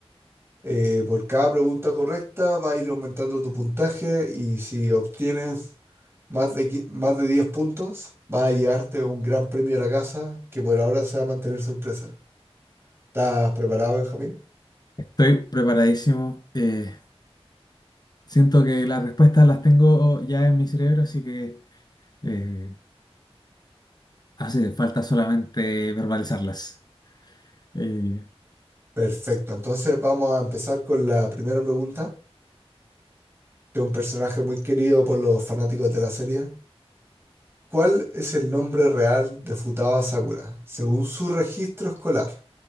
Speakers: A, on the right (about 25°); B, on the left (about 40°).
A: Eh, por cada pregunta correcta va a ir aumentando tu puntaje y si obtienes más de, qui- más de 10 puntos, va a llevarte un gran premio a la casa que por ahora se va a mantener sorpresa. ¿Estás preparado, Benjamín?
B: Estoy preparadísimo. eh, siento que las respuestas las tengo ya en mi cerebro, así que... eh, Hace falta solamente verbalizarlas. Eh,
A: Perfecto, entonces vamos a empezar con la primera pregunta. de un personaje muy querido por los fanáticos de la serie. ¿Cuál es el nombre real de Futaba Sakura según su registro escolar?